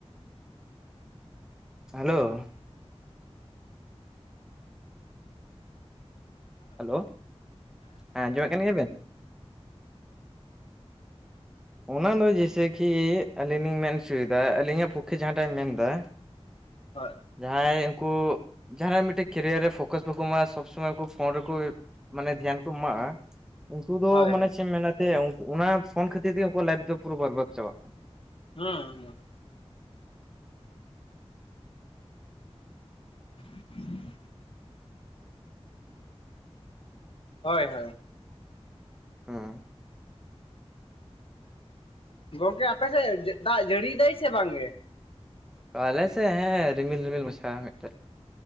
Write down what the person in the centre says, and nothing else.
ᱦᱮᱞᱳ᱾ ᱦᱮᱞᱳ ᱦᱮᱸ ᱟᱸᱡᱚᱢᱼᱮᱫ ᱠᱟᱱ ᱜᱮᱭᱟ ᱵᱮᱱ? ᱚᱱᱟ ᱫᱚ ᱡᱮᱭᱥᱮ ᱠᱤ ᱟᱹᱞᱤᱧ ᱞᱤᱧ ᱢᱮᱱ ᱚᱪᱩᱭ ᱮᱫᱟ, ᱟᱹᱞᱤᱧᱟᱜ ᱯᱩᱠᱷᱮ ᱡᱟᱦᱟᱸᱴᱟᱜ ᱢᱮᱱ ᱦᱚᱪᱚᱭ ᱮᱫᱟ
ᱡᱟᱦᱟᱸᱭ ᱩᱱᱠᱩ ᱡᱟᱦᱟᱸᱱᱟᱜ ᱢᱤᱫᱴᱮᱱ ᱠᱮᱨᱤᱭᱟᱨ ᱨᱮ ᱯᱷᱳᱠᱟᱥ ᱵᱟᱠᱩ ᱮᱢᱟᱜᱼᱟ᱾ ᱥᱚᱵᱽ ᱥᱚᱢᱚᱭ ᱩᱱᱠᱩ ᱯᱷᱳᱱ ᱨᱮ ᱠᱩ ᱢᱟᱱᱮ ᱫᱷᱮᱭᱟᱱ ᱠᱚ ᱮᱢᱟᱜᱼᱟ᱾ ᱩᱱᱠᱩ ᱫᱚ
ᱢᱟᱱᱮ
ᱪᱮᱫ ᱮᱢ ᱢᱮᱱᱟ ᱛᱮ ᱚᱱᱟ ᱯᱷᱳᱱ ᱠᱷᱟᱹᱛᱤᱨ ᱛᱮ ᱩᱱᱠᱩᱣᱟᱜ ᱞᱟᱭᱤᱯᱷ ᱫᱚ ᱯᱩᱨᱟᱹ ᱵᱚᱨᱵᱟᱫ ᱪᱟᱵᱟᱜ ᱠᱟᱱᱟ᱾
ᱦᱚᱸ᱾
ᱚ ᱟᱞᱮ ᱥᱮᱫ ᱦᱮᱸ ᱨᱤᱢᱤᱞ ᱨᱤᱢᱤᱞ ᱢᱟᱪᱷᱟ ᱢᱤᱫᱴᱮᱱ